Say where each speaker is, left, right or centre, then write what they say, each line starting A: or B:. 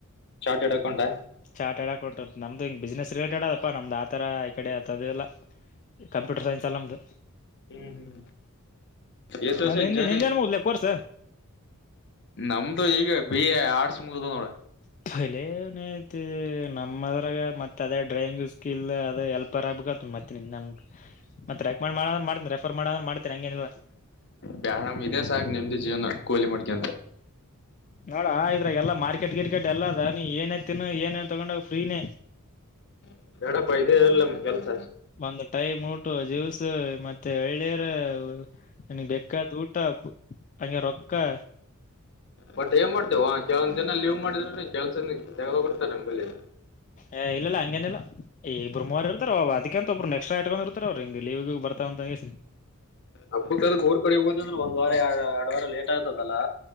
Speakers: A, on the left; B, on the left.
A: ಚಾರ್ಟೆಡ್ ಅಕೌಂಟಾ.
B: ಚಾರ್ಟೆಡ್ ಅಕೌಂಟ್ ನಮ್ದು ಹಿಂಗ ಬಿಸ್ನೆಸ್ ರಿಲೇಟೆಡ್ ಅದಪ್ಪ ನಮ್ದ್ ಆತರಾ ಈ ಕಡೆ ಆತದದಿಲ್ಲಾ. ಕಂಪ್ಯೂಟರ್ ಸೈನ್ಸ್ ಅಲ್ಲ ನಮ್ದು.
A: ಹ್ಮ್ ಹ್ಮ್ ಎಷ್ಟ್ ವರ್ಷ
B: ಅ
A: ಆಯ್ತ್
B: ನಿಂದ
A: ಜಾಯ್ನ್
B: ನಿಂದೆನ್
A: ಆಗಿ
B: ಮುಗಲಿ ಕೋರ್ಸ.
A: ನಮ್ದು ಈಗ ಬಿ ಎ ಆರ್ಟ್ಸ್ ಮುಗುದುವ ನೋಡ.
B: ಅಲೆ ಇವನೈತಿ ನಮ್ಮದ್ರಾಗ ಮತ್ತು ಅದೇ ಡ್ರೈವಿಂಗ್ ಸ್ಕಿಲ್ ಅದೇ ಎಲ್ಪರ್ ಆಗ್ಬೇಕ. ಮತ್ತೆ ನಿಮ್ಮನಮ. ಮಾಡ ಮಾಡ ಅಂದ್ರ ಮಾಡತೇನಿ ರೆಫರ್ ಮಾಡ ಅಂದ್ರ ಮಾಡತೇನಿ ಹಂಗೇನು ಇಲ್ಲಾ.
A: ಬ್ಯಾಡಮ ಇದೆ ಸಾಕ ನೆಮ್ದಿ ಜೀವನಾ ಕೋಲಿ ಮಾಡಿಕೆಂತ.
B: ನೋಡ ಇದ್ರಾಗ ಎಲ್ಲಾ ಮಾರ್ಕೆಟ್ ಗಿರ್ಕೆಟ್ ಎಲ್ಲ ಅದ ನೀ ಏನೇ ತಿನ್ನ ಏನೇ ತಗೊಂಡ ಫ್ರೀನೇ.
A: ಹು ಬೇಡಪ್ಪಾ ಇದೆ ಇರ್ಲಿ ನಮಗ ಕೆಲ್ಸ.
B: ಒಂದ ಟೈ ಮೂಟು ಜ್ಯೂಸ್ ಮತ್ತೆ ಎಳ್ನೀರ. ನಿನಿಗೆ ಬೆಕ್ಕಾದ ಊಟ ಹಂಗೆ ರೊಕ್ಕಾ.
A: ಬಟ್ ಏನ್ ಮಾಡ್ತೇವೊ ಕೆಲವಂದ ಜನ ಲೀವ್ ಮಾಡಿದ್ರ ಕೆಲ್ಸನ ತೆಗ್ದಬಿಡ್ತಾರ ಒಮ್ಮಿಲೇ.
B: ಏ ಇಲ್ಲ ಇಲ್ಲಾ ಹಂಗೇನಿಲ್ಲಾ ಇಬ್ಬರು ಮೂವರ ಇರ್ತರಲ್ಲ ಅದಕ್ಕೆ ಅಂತ ಒಬ್ರು ಎಕ್ಸ್ಟ್ರಾ ಇಟ್ಕೊಂಡಿರ್ತ. ತಾರ ಅವರು ಲೀವ್ ಗಿವ್ ಬರುತವ ಅಂತ ಅಂದಗೆಸ್.
A: ಹಬ್ಬಕ್ಕದಕ ಊರ ಕಡೆ ಹೋದ ಅಂದ್ರ ಒಂದ ವಾರ ಎರಡ ವಾರ ಲೇಟ್ ಆಗ್ತದಲ್ಲಾ.